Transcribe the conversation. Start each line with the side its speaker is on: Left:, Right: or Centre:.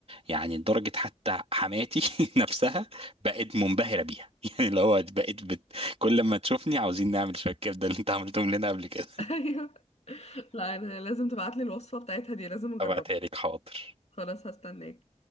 Right: يعني لدرجه حتى حماتي <laughs> نفسها بقت منبهره بيها <laughs> يعني اللي هو بقت بت... كل ما تشوفني عاوزين نعمل شويه كبده اللي انت عملتهم لنا قبل كده
Left: <laughs> ايوه لا انا لازم تبعتلي الوصفة بتاعتها دي لازم اجربها
Right: ابعتها لك حاضر
Left: خلاص هستناك